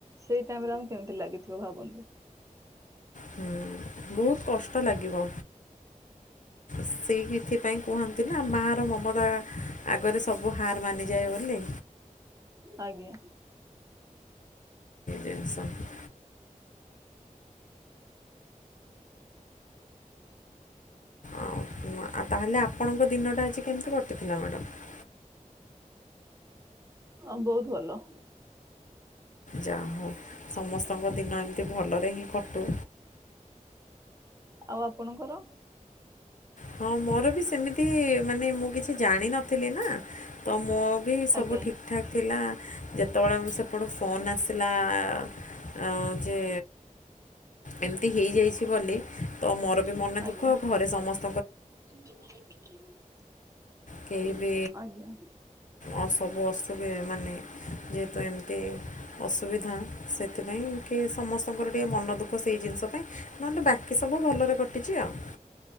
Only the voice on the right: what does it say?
ସେଇ ଟାଇମ ରେ ଆମକୁ କେମିତି ଲାଗିଥିବ ଭାବନ୍ତୁ।
ଆଜ୍ଞା।
ଅ ବହୁତ ଭଲ।
ଆଉ ଆପଣଙ୍କର?
ଆଜ୍ଞା
ଆଜ୍ଞା
<inaudible>
ଆଜ୍ଞା